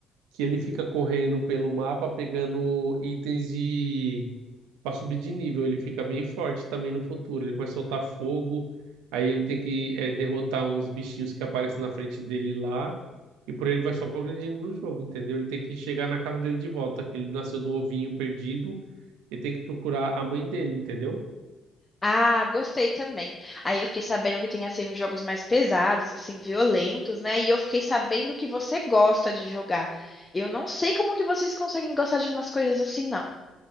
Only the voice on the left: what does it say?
Ah, gostei também. Aí eu fiquei sabendo que tem assim uns jogos mais pesados, assim, violentos, né? E eu fiquei sabendo que você gosta de jogar. Eu não sei como que vocês conseguem gostar de umas coisas assim, não.